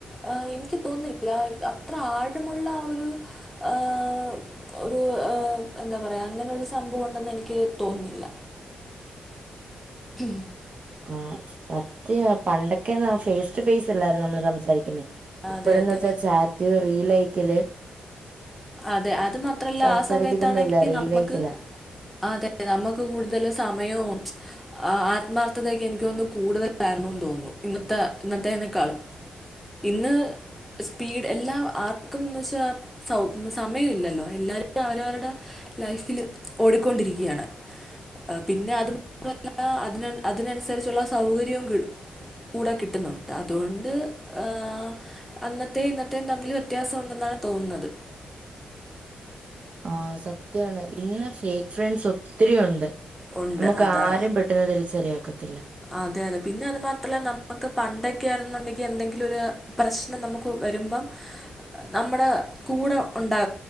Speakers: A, in the centre; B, on the right (about 50°).
A: ആ എനിക്ക് തോന്നില്ല അത്ര ആഴമുള്ള ആ ഒരു ആഹ് ഒരു എന്താ പറയാ അങ്ങനെ ള്ള ഒരു സംഭവം ഉണ്ടെന്ന് എനിക്ക് തോന്നില്ല ഉം
B: ആ സത്യാ പണ്ടൊക്കെ ന്ന ഫേസ് ടു ഫേസ് ല്ലാരുന്നേ നമ്മള് സംസാരിക്കുന്നേ ഇപ്പോഴന്ന്
A: അതെ അതെ
B: വച്ചാ ചാറ്റ് റീലയ്ക്കല്
A: അതെ അത് മാത്രല്ല
B: സംസാരിക്കത്തൊന്നുംല്ല
A: ആ സമയത്താണെങ്കി
B: റീലയക്കല
A: നമ്മക്ക് അതെ നമ്മക്ക് കൂടുതല് സമയവും ആ ആത്മാർത്ഥതൊക്കെ എനിക്ക് തോന്നുന്നു കൂടുതലായിരുന്നുന്ന് തോന്നുന്നു ഇന്നത്തെ ഇന്നത്തെനേക്കാളും ഇന്ന് സ്പീഡ് എല്ലാം ആർക്കുംന്ന് വെച്ചാ സൗ ഒന്ന് സമയല്ലല്ലോ എല്ലാരും അവരവരുടെ ലൈഫില് ഓടിക്കൊണ്ടിരിക്കായാണ് പിന്നെ അത് മാത്രല്ല അതിന അതിനനുസരിച്ചുള്ള സൗകര്യവും കി കൂടെ കിട്ടുന്നുണ്ട് അതുകൊണ്ട് ആഹ് അന്നത്തെയു ഇന്നത്തെയും തമ്മിൽ വ്യത്യാസം ഉണ്ടെന്നാണ് തോന്നുന്നത്
B: ആഹ് സത്യാണ് ഇന്ന ഫേക്ക് ഫ്രണ്ട്സ് ഒത്തിരിയുണ്ട്
A: ഉണ്ട്
B: നമുക്ക്
A: അതാ
B: ആരേ പെ ഇത് തിരിച്ചറിയാനൊക്കത്തില്ല
A: അതെ അതെ പിന്നെ അത് മാത്രല്ല നമ്മുക്ക് പണ്ടൊക്കെ ആയിരുന്നുണ്ടെങ്കിൽ എന്തെങ്കിലും ഒരു പ്രശ്നം നമുക്ക് വരുമ്പം നമ്മുടെ കൂടെ ഉണ്ടാ